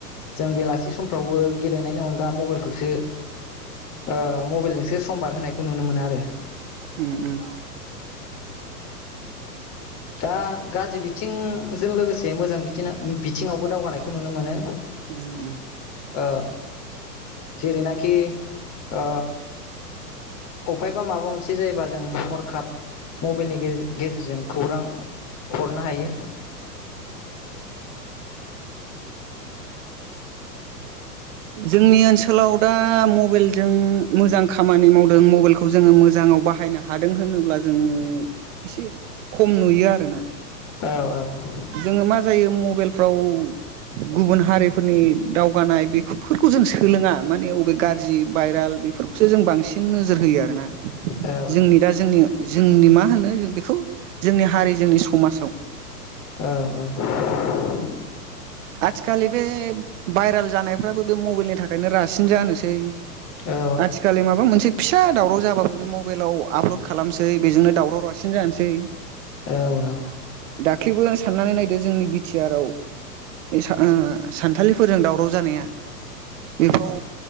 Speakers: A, on the left; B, on the right.
A: जों बेलासि समफ्रावबो नायनि अनगा मबाइलखौसो ओ मबाइल जोंसो समबार होनायखौ नुनो मोनो आरो <inaudible>
B: उम उम उम
A: दा गाज्रि बिथिंजों लोगोसे मोजां बिथि बिथिङावबो दावगानायखौ नुनो मोनो।
B: उम
A: ओ जेरैनाखि ओ अफायबा माबा मोनसे जायोबा जों हरखाब मबाइलनि गेजेर गेजेरजों खौरां हरनो हायो।
B: जोंनि ओनसोलाव दा मबेलजों मोजां खामानि मावदों मबेलखौ खौ जोङो मोजाङाव बाहायनो हादों होनोब्ला जोङो एसे खम नुयो आरोना। <inaudible>
A: औ औ
B: जोंङो मा जायो मबेलफ्राव गुबुन हारिफोरनि दावगानाय बेफोरखौ जों सोलोङा माने अबे गाज्रि भाइराल बेफोरखौसो जों बांसिन नोजोर होयो आरोना
A: औ
B: जोंनि दा जोंनि जोंनि मा होनो बेखौ जोंनि हारि जोंनि समाजाव
A: औ औ
B: थि खालि बे भाइरेल जानायफ्राबो बे मबेलनि थाखायनो रासिन जानोसै।
A: औ
B: आथिखालि माबा मोनसे फिसा दावराव जाबाबो बे मबाइलाव आपलड खालामसै बेजोंनो दावराव रासिन जानसै।
A: औ औ
B: दाख्लैबो आं साननानै नायदो जोंनि बिटिआर आव बे सा ओ सानथालिफोरजों दावराव जानाया? बेफ्राव